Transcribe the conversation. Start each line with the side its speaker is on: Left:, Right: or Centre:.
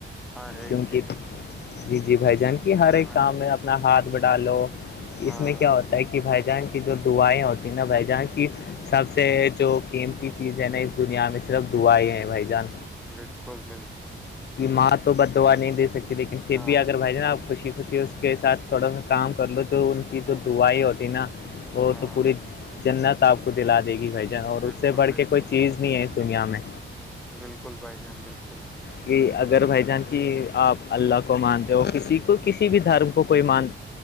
Centre: ہر ایک
Left: کیونکہ
Centre: چیز میں
Left: جی جی بھائی جان کی ہر ایک
Centre: ہاں
Left: کام میں اپنا ہاتھ بٹالو
Centre: ہاں
Left: اس میں کیا ہوتا ہے کہ بھائی جان کی جو دعائیں ہوتی نا بھائی جہاں کی سب سے جو قیمتی چیز ہے نا اس دنیا میں صرف دع ہے بھائی جان
Centre: بالکل بالکل
Left: ماں تو بدعا نہیں دے سکتی لیکن پھر
Centre: ہاں
Left: بھی اگر بھائی جانا آپ خوشی خوشی کے ساتھ تھوڑا سا کام کر لو جو ان کی
Centre: ہاں
Left: جو دعائی ہوتی نا وہ
Centre: ہاں
Left: تو پوری جنت آپ کو دلا دے گی بھائی جان اور
Centre: بالکل
Left: اس سے بڑھ
Centre: بالکل
Left: کے کوئی چیز نہیں ہے اس دنیا میں
Centre: بالکل بھائی جان بالکل
Left: کہ اگر بھائی جان کہ آپ اللہ کو مانتے ہو کسی کو کسی بھی دھرم کو کوئی مان